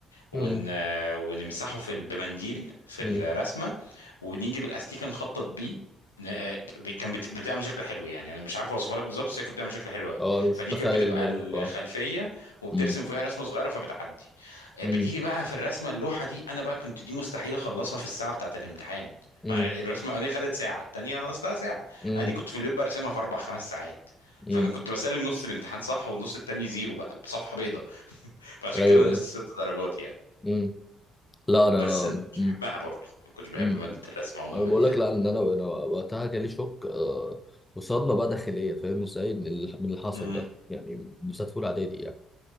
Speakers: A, on the left; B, on the left.
A: ون...
B: مم.
A: ونمسحه في ال- بمنديل في
B: مم.
A: الرسمه ونيجي بالاستيكه نخطط بيه ن- ب- كان بت- بتعمل شكل حلو يعني انا مش عارف اوصفها لك بالظبط بس هي كانت بتعمل شكل حلو قوي
B: اه انا مش
A: فدي
B: متخيل
A: كانت بتبقى
B: الموقف
A: الخلفيه
B: اه
A: وبترسم
B: مم.
A: فيها رسمه صغيره فبتعدي آه،
B: مم.
A: بتيجي بقى في الرسمه اللوحه دي انا بقى كنت دي مستحيل اخلصها في الساعه بتاعه الامتحان
B: مم.
A: ما الرسمه الاولانيه خدت ساعه التانيه ناقصها ساعه
B: مم.
A: انا دي كنت في البيت برسمها في اربع خمس ساعات
B: مم.
A: فانا كنت بسلم نص الامتحان صح والنص التاني زيرو بقى بصفحه بيضاء فعشان
B: ايوه
A: كده نقصت ست درجات يعني
B: مم. لا انا
A: بس انا كنتش
B: مم.
A: بحبها برضه ما كنتش بحب
B: مم.
A: ماده الرسم عموما
B: انا بقول
A: يعني
B: لك لا ان انا انا وقتها جالي شوك آه، وصدمه بقى داخليه فاهم ازاي من اللي من اللي حصل
A: امم
B: ده يعني بالذات في اولى اعدادي يعني